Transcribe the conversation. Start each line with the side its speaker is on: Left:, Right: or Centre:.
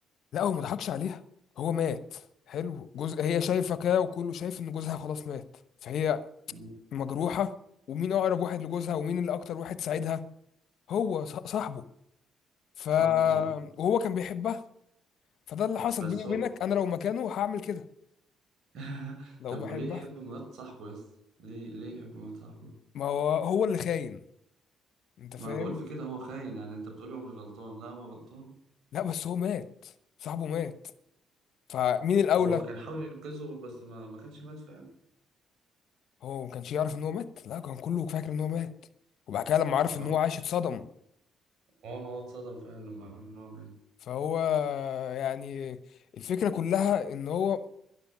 Left: لا هو ما ضحكش عليها هو مات حلو جوز هي شايفه كده وكله شايف ان جوزها خلاص مات فهي
Right: مم.
Left: مجروحه ومين اقرب واحد لجوزها ومين اللي اكتر واحد ساعدها هو ص- صاحبه ف
Right: صاحبه صح
Left: وهو كان بيحبها فده اللي حصل
Right: بس
Left: بيني وبينك
Right: هو
Left: انا لو مكانه هعمل كده
Right: <laughs>
Left: لو
Right: طب
Left: بحبها
Right: وليه يحب مرات صاحبه يس؟ ليه ليه يحب مرات صاحبه؟
Left: ما هو هو اللي خاين انت
Right: ما
Left: فاهم
Right: أنا بقول في كده هو خاين يعني أنت بتقولي هو مش غلطان لا هو غلطان
Left: لا بس هو مات صاحبه مات فمين الاولى
Right: هو كان حاول ينقذه بس ما, ما كانش مات فعلا
Left: هو ما كانش يعرف ان هو مات لا كان كله فاكر ان هو مات وبعد كده لما عرف
Right: اه
Left: ان هو عايش اتصدم
Right: هو ما هو اتصدم فعلا لما عرف إن هو مات
Left: فهو يعني الفكره كلها ان هو